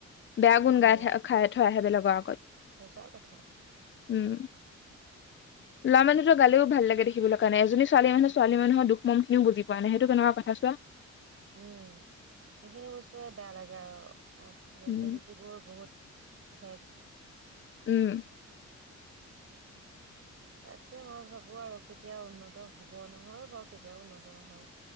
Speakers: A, on the left; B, on the right.
A: বেয়া গুণ
B: উম
A: গাই থ খাই থৈ আহে বেলেগৰ আগত
B: সঁচা কথা
A: উম। ল'ৰা মানুহটোৰ গালিও ভাল লাগে দেখিবলৈ, কাৰণ এজনী ছোৱালী মানুহ ছোৱালী মানুহৰ দুখ মন খিনিও বুজি পোৱা নাই সেইটো কেনেকা কথা চোৱা?
B: উম, সেইখিনি বস্তুৱে বেয়া লাগে আৰু মেণ্টেলিটিবোৰ
A: উম
B: ই বহুত ঠেক।
A: উম।
B: তাকে মই ভাবো আৰু কেতিয়া উন্নত হ'ব, নহয় বাৰু বেয়া তিয়াও উন্নত নহয়।